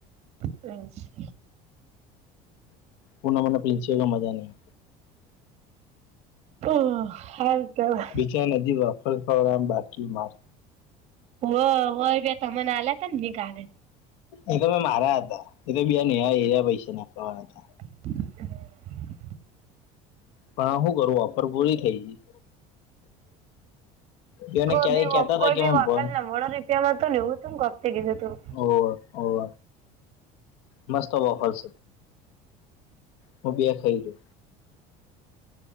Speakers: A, on the right (about 45°); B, on the left (about 85°).
A: ફેન છે.
B: પુન મન પીંછે એટલ મજા નહી.
A: ઓ હ હારું કેવા
B: ચોય નદી વાફરતા હોય ઓમ બાકી માર.
A: ઓવ હોય બે તમન આલ્યા તાન ની ગાલે.
B: એ તો મારા હતા એ તો બીયા નેહાએ એરયા પૈસા નાખવાના હતા.
A: <unintelligible>
B: પણ આ હુ કરું ઓફર પૂરી થઈ ગી. ગઈ એને
A: કોઈ
B: ક્યાંય
A: ભી
B: કેતા
A: ઓફ
B: હતા
A: કોઈ
B: કે
A: ભી વફલ
B: ભણ
A: ના મોડ રે. તેમાં હતો નેવું તુંમ કરતી કીધું તું.
B: ઓવ ઓવ. મસ્ત ઓફરસ હું બે ખઈ જઉ.